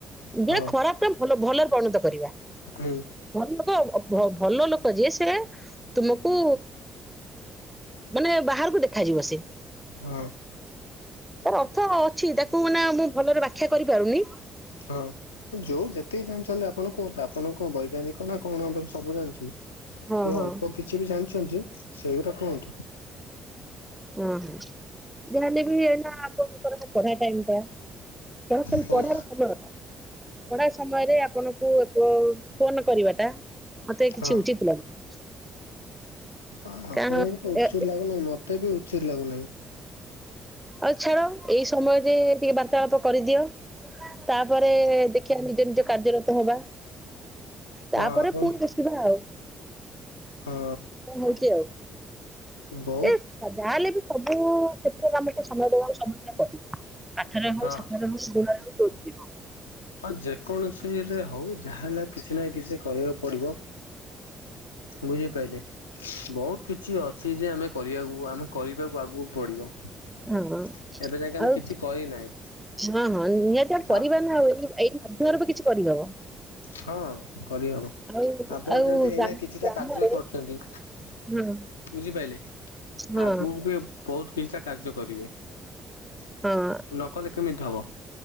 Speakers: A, on the left; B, in the centre.
A: ହଁ
B: ଯେ ଖରାପ ଭଲ ଭଲରେ ପରିଣତ କରିବା।
A: ହୁଁ
B: ଭଲ ଲୋକ ଭଲ ଲୋକ ଯିଏ ସେଟା ତୁମକୁ ମାନେ ବାହାରକୁ ଦେଖାଯିବ ସେ।
A: ହଁ
B: ଅର୍ଥ ଅଛି ତାକୁ ମାନେ ମୁଁ ଭଲରେ ବ୍ୟାଖ୍ୟା କରିପାରୁନି।
A: ହଁ ଯୋଉ ଯେତକି ଜାଣିଛନ୍ତି ଆପଣ କୁହନ୍ତୁ ଆପଣ କଣ ବୈଜ୍ଞାନିକ। ନା କଣ ତ ସବୁ ଜାଣିଛି
B: ହଁ
A: ସେ
B: ହଁ
A: ଅଳ୍ପ କିଛି ବି ଜାଣିଛନ୍ତି। ସେଇ ରା କୁହନ୍ତୁ।
B: ହଁ ହଁ ଯହେଲେ ବି ଏଇନା ଆପଣଙ୍କ ର ପଢା ଟାଇମ ଟା ତେଣୁକରି
A: ହଁ।
B: ପଢାରେ ଭଲ। ପଢା ସମୟରେ ଆପଣଙ୍କୁ ଫୋନ କରିବାଟା ମତେ କିଛି
A: ହଁ
B: ଉଚିତ ଲାଗୁନି।
A: ଆପଣଙ୍କୁ
B: କାରଣ
A: ବି ତ ଉଚିତ୍
B: ଏ
A: ଲାଗୁନାହିଁ ମତେ ବି ଉଚିତ୍ ଲାଗୁନାହିଁ।
B: ଆଉ ଛାଡ ଏଇ ସମୟରେ ଟିକେ ବାର୍ତ୍ତାଳାପ କରିଦିଅ। ତାପରେ ଦେଖିବା ନିଜ ନିଜ କାର୍ଯ୍ୟରତ ହବା। ତାପରେ
A: ହଁ ଆପଣ
B: ପୁଣି ବସିବା ଆଉ।
A: ହଁ
B: କଣ ହଉଚି ଆଉ
A: ବହୁତ
B: ଏ ଯାହାହେଲେ ବି ସବୁ କ୍ଷେତ୍ରରେ ଆମକୁ ସମୟ ଦେବାକୁ ସମସ୍ୟା ପଡିବ। ପାଠ ରେ ହଉ
A: ହଁ
B: ସାଠ ରେ ହଉ ଦୋରେ ହଉ ଯୋଉଥିରେ ହଉ।
A: ହଁ ଯେକୌଣସି ରେ ହଉ ଯାହା ହେଲେ କିଛି ନା କିଛି କରିବାକୁ ପଡିବ। ବୁଝିପାରିଲେ। ବହୁତ କିଛି ଅଛି ଯେ ଆମେ କରିବାକୁ ଆମେ କରିବାକୁ ଆଗକୁ ପଡିବ।
B: ହଁ
A: ଏବେ ଯାକେ ଆମେ
B: ଆଉ
A: କିଛି କରିନାହିଁ
B: ହଁ ହଁ ନିହାତି ପରିବାର
A: ଆ
B: ନା ଆଉ ଏଇ। <inaudible> ବି କିଛି କରିହବ।
A: ହଁ କରିହବ
B: ଆଉ
A: ଆପଣ
B: ଆଉ
A: ଯେମିତି
B: ଗ୍ରାମ
A: ଏଇନା କିଛିଟା
B: ଗ୍ରାମରେ
A: କାର୍ଯ୍ୟ କରୁଛନ୍ତି।
B: ହଁ
A: ବୁଝିପାରଲେ
B: ହଁ
A: ଆଗକୁ ବି ବହୁତ କିଛିଟା କାର୍ଯ୍ୟ କରିବେ ନ
B: ହଁ
A: କଲେ କେମିତି ହବ।